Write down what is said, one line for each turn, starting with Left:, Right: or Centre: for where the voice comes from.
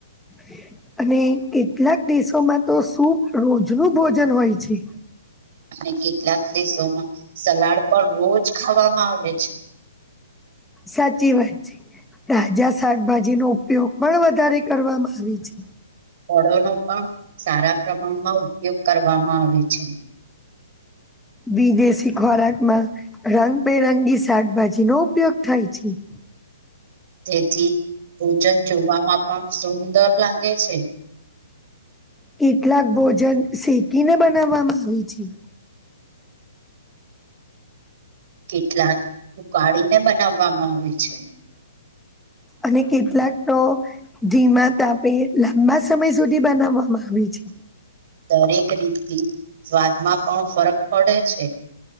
Centre: <inaudible> અને કેટલાક દેશોમાં તો સૂપ રોજનું ભોજન હોય છે.
Right: અને કેટલાક દેશોમાં સલાડ પણ રોજ ખાવામાં આવે છે.
Centre: સાચી વાત છે. તાજા શાકભાજીનો ઉપયોગ પણ વધારે કરવામાં આવે છે.
Right: ફળોનો પણ સારા પ્રમાણમાં ઉપયોગ કરવામાં આવે છે.
Centre: વિદેશી ખોરાકમાં રંગબેરંગી શાકભાજીનો ઉપયોગ થાય છે. <inaudible>
Right: તેથી ભોજન જોવામાં પણ સુંદર લાગે છે.
Centre: કેટલાક ભોજન શેકીને બનાવવામાં આવે છે.
Right: કેટલાક ઉકાળીને બનાવવામાં આવે છે.
Centre: અને કેટલાક તો ધીમા તાપે લાંબા સમય સુધી બનાવવામાં આવી છે.
Right: દરેક રીતથી સ્વાદમાં પણ ફરક પડે છે.